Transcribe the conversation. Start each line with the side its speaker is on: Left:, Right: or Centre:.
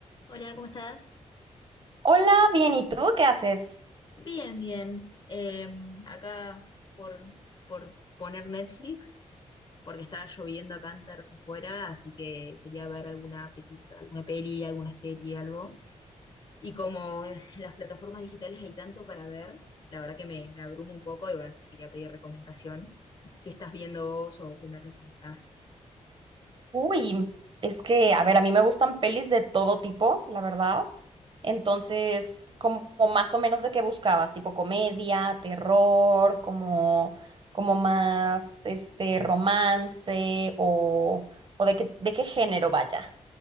Left: Hola, ¿cómo estás?
Right: Hola, bien, ¿y tú qué haces?
Left: Bien, bien. Em, acá por, por poner Netflix, porque estaba lloviendo a cántaros afuera, así que quería ver alguna película, alguna peli, alguna serie, algo. Y como en las plataformas digitales hay tanto para ver, la verdad que me, me abrumo un poco y bueno, te quería pedir recomendación. ¿Qué estás viendo vos o qué me recomendás?
Right: Uy, es que, a ver, a mí me gustan pelis de todo tipo, la verdad. Entonces, como como más o menos de qué buscabas, tipo comedia, terror, como, como más, este, romance o, o de qué, de qué género vaya.